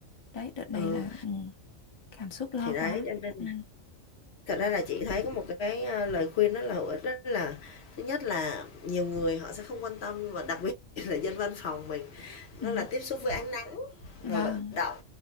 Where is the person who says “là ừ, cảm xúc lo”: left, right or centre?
Left